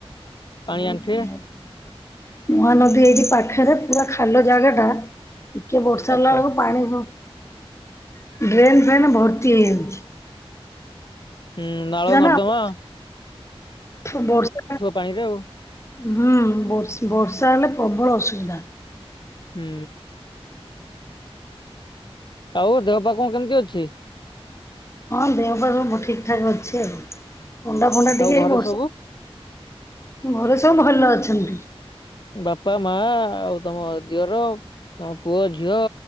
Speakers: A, on the left; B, on the left.
A: ପାଣି
B: ମହାନଦୀ
A: ଆଣ୍ଠିଏ
B: ଏଇଠି ପାଖରେ ପୁରା ଖାଲ ଜାଗା ଟା ଟିକେ ବର୍ଷା
A: ଆଚ୍ଛା
B: ହେଲା ବେଳ ପାଣି ଡ୍ରେନ୍ ଫେନ୍ ଭର୍ତି ହେଇଯାଇଛି।
A: ହୁଁ ନାଳ
B: ନା।
A: ଅର୍ଦ୍ଦମା।
B: ବର୍ଷା
A: ପାଣିରେ ଆଉ
B: ହୁଁ ବର୍ଷା ହେଲେ ପ୍ରବଳ ଅସୁବିଧା।
A: ହୁଁ। ଆଉ ଦେହ ପାଖ କେମିତି ଅଛି?
B: ହଁ ଦେହ ପା ସବୁ ଠିକ୍ ଠାକ ଅଛି ଆଉ। ଣ୍ଡା ଫଣ୍ଡା ଟିକେ
A: ଆଉ ଘରେ
B: ବର୍ଷା
A: ସବୁ
B: ଘରେ ସବୁ ଭଲ ଅଛନ୍ତି।
A: ବାପା ମା ଆଉ ତମ ଦିଅର ତମ ପୁଅ ଝିଅ